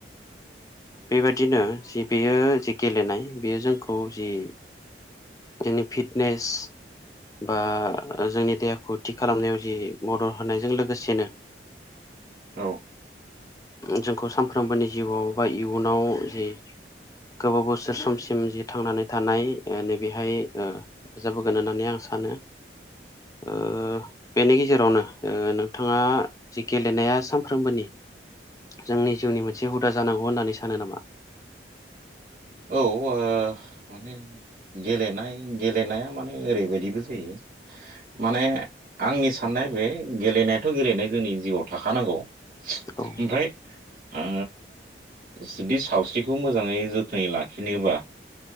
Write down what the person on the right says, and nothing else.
औ
औ ओ माने गेलेनाय गेलेनाया माने ओरैबायदिबो जायो माने आंनि साननाया बे गेलेनायाथ' गेलेनाय जोंनि जिउआव थाखानांगौ ओमफ्राय
ओ जुदि सावस्रिखौ मोजाङै जोथ थोनै लाखिनोब्ला